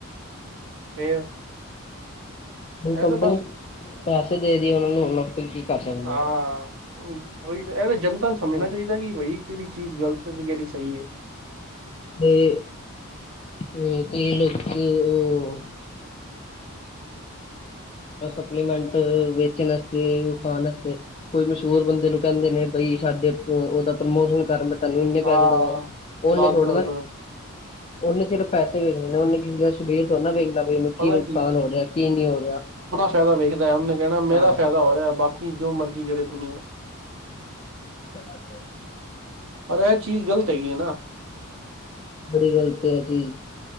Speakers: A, on the right (about 60°); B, on the left (about 30°).
A: ਫੇਰ।
B: ਹੁਣ
A: ਇਹ
B: ਕੰਪਨੀ
A: ਤੇ ਬਸ
B: ਪੈਸੇ ਦੇ ਰਹੀ ਆ ਉਹਨਾਂ ਨੂੰ ਹੁਣ ਆਪਾਂ ਕੀ ਕਰ ਸਕ
A: ਹਾਂ ਉਹੀ ਤਾਂ ਇਹ ਤੇ ਜਨਤਾ ਨੂੰ ਸਮਝਣਾ
B: ਹੂੰ।
A: ਚਾਹੀਦਾ। ਬਾਈ ਕਿਹੜੀ ਚੀਜ਼ ਗਲਤ ਤੇ ਕਿਹੜੀ ਸਹੀ ਹੈ।
B: ਤੇ ਅ ਕਈ ਲੋਕ ਉਹ ਸਪਲੀਮੈਂਂਟ ਵੇਚਨ ਅਤੇ ਖਾਣ ਵਸਤੇ ਕੋਈ ਮਸ਼ਹੂਰ ਬੰਦੇ ਨੂੰ ਕਹਿੰਦੇ ਨੇ ਬਈ ਸਾਡੇ ਉਹਦਾ ਪ੍ਰਮੋਸ਼ਨ ਕਰਨ ਤਹਨੂੰ ਇੰਨੇ
A: ਹਾਂ
B: ਪੈਸੇ ਦੇਵਾਗੇ ਉਹਨੇ
A: ਬਾਤ
B: ਥੋੜੇ
A: ਪਰ
B: ਨਾ
A: ਬਾਤ
B: ਉਹਨੇ ਸਿਰਫ ਪੈਸੇ ਵੇਖਣੇ ਨਾ ਉਹਨੇ ਕਿਸੇ ਦਾ ਸਰੀਰ ਥੋੜਾ ਨਾ ਵੇਖਣਾ ਵੀ ਉਹਨੂੰ
A: ਪਤਾ
B: ਕੀ ਨੁਕਸਾਨ ਹੋ ਰਿਹਾ ਕੀ ਨਹੀਂ ਹੋ ਰਿਹਾ।
A: ਫ਼ਾਇਦਾ ਵੇਖਦਾ ਹੈ, ਉਹਨ ਕਹਿਣਾ ਮੇਰਾ
B: ਹਾਂ।
A: ਫਾਇਦਾ ਹੋ ਰਿਹਾ ਬਾਕੀ ਜੋ ਮਰਜ਼ੀ ਕਰੇ ਦੁਨੀਆਂ।
B: ਇਹ ਤਾਂ ਗੱਲ ਹ।
A: ਪਰ ਇਹ ਚੀਜ਼ ਗ਼ਲਤ ਹੈਗੀ ਹੈ ਨਾ।
B: ਬੜੀ ਗਲਤ ਹ ਚੀਜ਼।